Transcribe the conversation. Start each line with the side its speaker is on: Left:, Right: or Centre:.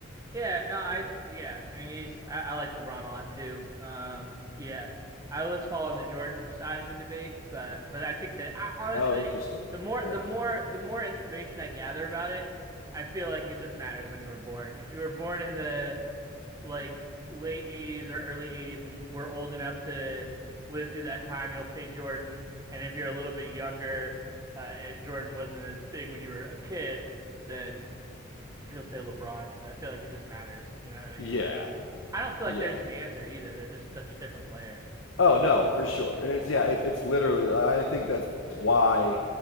Right: Yeah. No, I, yeah. I mean, he's, I, I like LeBron a lot too. Um, yeah. I always fall on the Jordan side of the debate, but, but I think that I, honestly,
Left: oh, interesting.
Right: the more,
Left: Yeah,
Right: the more, the more information I gather about it, I feel like it just matters when you were born. If you were born in the, like late 80s or early 80s and we're old enough to live through that time, you'll say Jordan. And if you're a little bit younger uh, and Jordan wasn't as big when you were a kid, then he'll say LeBron. So I feel like it just matters. You know what I
Left: yeah,
Right: mean? Like, I don't feel
Left: yeah.
Right: like there's an answer either. They're just such different players.
Left: Oh no, for sure. And it's yeah, it, it's literally. I think that's why